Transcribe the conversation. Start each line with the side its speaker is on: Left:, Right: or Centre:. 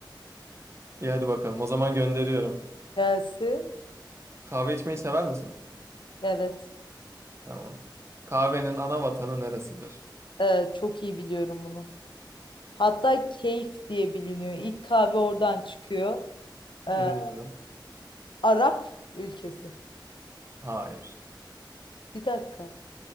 Right: İyi hadi bakalım. O zaman gönderiyorum.
Left: Gelsin.
Right: Kahve içmeyi sever misin?
Left: Evet.
Right: Tamam. Kahvenin ana vatanı neresidir?
Left: Ee, çok iyi biliyorum bunu. Hatta Keyf diye biliniyor. İlk kahve oradan çıkıyor. Ee,
Right: Dinliyorum.
Left: Arap ülkesi.
Right: Hayır.
Left: Bir dakika.